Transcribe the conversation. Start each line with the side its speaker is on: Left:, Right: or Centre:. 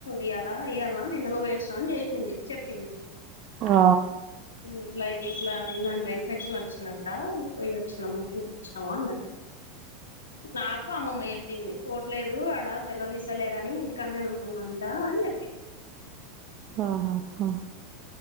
Left: ఇయ్యాల ఇయ్యాల నిన్నలో పోయచ్చినాని చేసింది చెప్పింది
Right: ఆ
Left: ఇట్లా ఇట్లా ఏందంట ఇన్ఫెక్షన్ వచ్చిందంట పోయ్య వచ్చినాము తీకొచ్చినాము అన్నది నాకు అమ్మ చెప్పింది పోట్లేదు అడా చెల్లలు ఇస్తలేరని ఇంటికి అన్న ఉంటుందంట అని చెప్పింది
Right: ఆహా హా